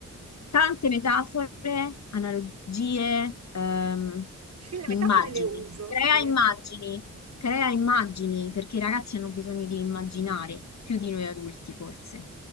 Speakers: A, on the left; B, on the right.
A: Tante metafore, analogie, ehm,
B: sì, le metafore
A: immagini.
B: le uso,
A: Crea
B: le-
A: immagini, crea immagini, perché i ragazzi hanno bisogno di immaginare, più di noi adulti forse.